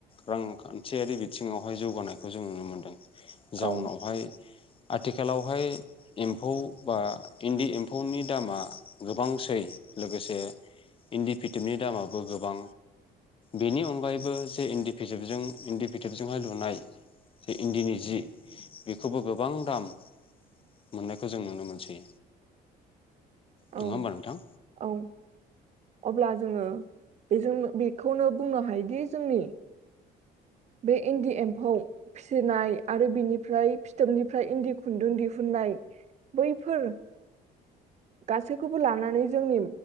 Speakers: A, on the left; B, on the right.
A: रांखान्थियारि बिथिङावहाय जौगानायखौ जों नुनो मोन्दों। जाउनावहाय
B: औ
A: आथिखालावहाय इम्फौ बा इन्दि इम फौनि दामा गोबांसै लोगोसे इन्दि फिथोबनि दामाबो गोबां बेनि अनगायैबो जे इन्दि फिसोबजों इन्दि फिथोबजोंहाय लुनाय जे इन्दिनि जि बेखोबो गोबां दाम मोननायखौ जों नुनो मोनसै। नङा
B: औ
A: होमबा नोंथां
B: औ अब्ला जोङो बेजों बेखौनो बुंनो हायोदि जोंनि बे इन्दि एम्फौ फिसिनाय आरो बिनिफ्राय फिथोबनिफ्राय इन्दि खुन्दुं दिहुननाय बैफोर गासैखौबो लानानै जोंनि